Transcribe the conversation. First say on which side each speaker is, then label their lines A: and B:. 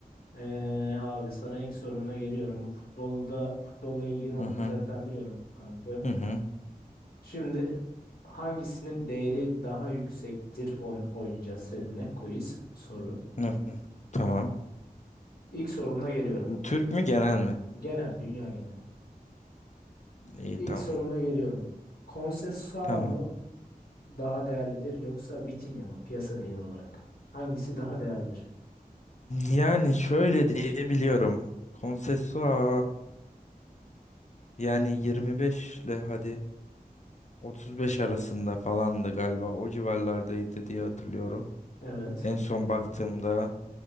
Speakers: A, on the left (about 80°); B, on the left (about 50°).
A: Ee, abi sana ilk sorumla geliyorum. Bu futbolda futbolla ilgili olduğunu
B: Hı hı
A: zaten biliyorum kanka.
B: hı hı.
A: Şimdi hangisinin değeri daha yüksektir on oynayacağız seninle quiz soru.
B: Hı, Tamam.
A: İlk sorumla geliyorum.
B: Türk mü genel mi?
A: Genel, dünya geneli.
B: İyi
A: İlk
B: tamam.
A: sorumla geliyorum. Konsesua
B: Tamam.
A: mı daha değerlidir yoksa Vitinha mı piyasa değeri olarak? Hangisi daha değerlidir?
B: Yani şöyle diyebiliyorum. Konsesua yani 25 ile hadi 35 arasında falandı galiba. O civarlardaydı diye hatırlıyorum.
A: Evet.
B: En son baktığımda